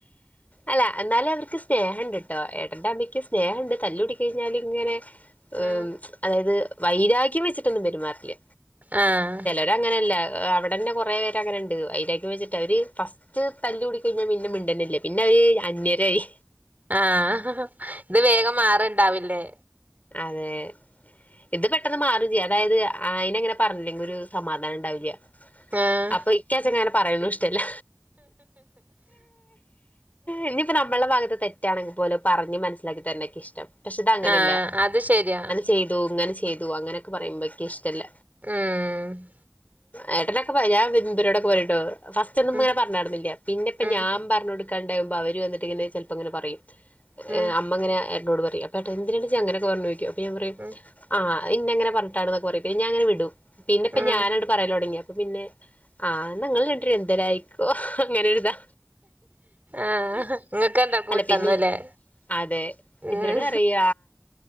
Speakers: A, on the left; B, on the right.
A: അല്ല എന്നാലും അവർക്ക് സ്നേഹം ഇണ്ട് ഏട്ടൻ്റെ അമ്മയ്ക്ക് സ്നേഹണ്ട് തല്ലു കൂടി കഴിഞ്ഞാലും ഇങ്ങനെ ഏ
B: ആഹ്
A: അതായത് വൈരാഗ്യം വെച്ചിട്ടൊന്നും പെരുമാറില്ല
B: ആഹ്
A: അതങ്ങനല്ലേ അവിടെന്നെ കൊറേ പേര് അങ്ങനെണ്ട് വൈരാഗ്യം വെച്ചിട്ട് ഫസ്റ്റ് റ്റ് തല്ല് കൂടി കഴിഞ്ഞാൽ പിന്നെ മിണ്ടലില്ല പിന്നെ അവര് അന്യരായി
B: ആഹ് അഹ് ഇത് വേഗം മാറുണ്ടാവില്ലേ
A: അതെ ഇത് പെട്ടെന്ന് മാറും ചെയ്യാം അതായത് അയിനങ്ങനെ പറഞ്ഞില്ലകിൽ ഒരു സമാധാനം ഇണ്ടാവില്ല
B: ആഹ്
A: അപ്പൊ എനിക്ക് അങ്ങനെ പറയുന്നതും ഇഷ്ട്ടല്ല ഇഞ്ഞിയിപ്പോ നമ്മടെ ഭാഗത്ത് തെ റ്റാണങ്കി പൊലും പറഞ്ഞ് മനസ്സിലാക്കി തരുന്നതാ ഇൻക്കിഷ്ട്ടം പക്ഷെ ഇത് അങ്ങനല്ല
B: ആഹ് അത് ശരിയാ
A: ചെയ്തു ഇങ്ങനെ ചെയ്തു അങ്ങനെയൊക്ക പറയുമ്പോഇന്ക് ഇഷ്ടല്ല
B: ഉം
A: യേട്ടനൊക്കെ പറയും ഞാൻ ഇബാലോടൊക്കെ പറയുട്ടോ ഫസ്റ്റ് ഒന്നും
B: ഉം
A: ഞാൻ പറഞ്ഞടയിരുന്നില്ല പിന്നെ പ്പ
B: ഉം
A: ഞാൻ പറഞ്ഞോടിക്കണ്ടാവുമ്പോ അവർ വന്നാണ്ട് ചെലപ്പം ഇങ്ങനെ പറയും
B: ഉം
A: ഹ് അമ്മ അങ്ങന ഏട്ടനോട് പറയും അപ്പോ എന്തിനെച്ച അങ്ങനൊക്കെ പറഞ്ഞതെന്ന് ചോയ്ക്കും അപ്പൊ ഞാൻ പറയും
B: ഉം
A: ആഹ് ഇന്നെ ഇങ്ങനെ പറഞ്ഞിട്ടാണ് എന്നൊക്കെ പറയും പിന്നെ ഞാൻ ഇങ്ങനെ വിടും പിന്നെ ഇപ്പൊ
B: ഉം
A: ഞാനാണ്ട് പറയല് തൊടങ്ങി അപ്പൊ പിന്നെ ആഹ് ഇങൾ രണ്ട് പേരുംഎന്തേലും ആയിക്കോ അങ്ങനൊരിതാ
B: ആഹ് ഇങ്ങക്കണ്ട കൂട്ടന്നുല്ലേ
A: അല്ല പിന്നെ അതെ
B: ഉം
A: ഇന്നോട് പറയ